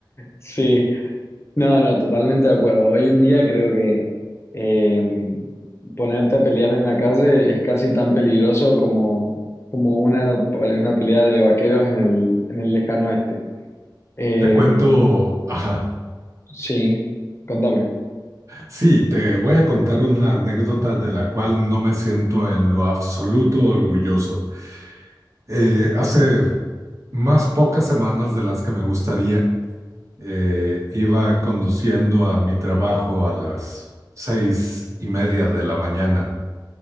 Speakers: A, on the left; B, on the right.
A: Sí, no, no, totalmente de acuerdo. Hoy en día creo que eh, ponerte a pelear en la calle es casi tan peligroso como, como una, una pelea de vaqueros en el, en el lejano oeste. Eh,
B: Te cuento, ajá,
A: sí, contame.
B: sí, te voy a contar una anécdota de la cual no me siento en lo absoluto orgulloso. Eh, hace más pocas semanas de las que me gustaría, Eh, iba conduciendo a mi trabajo a las seis y media de la mañana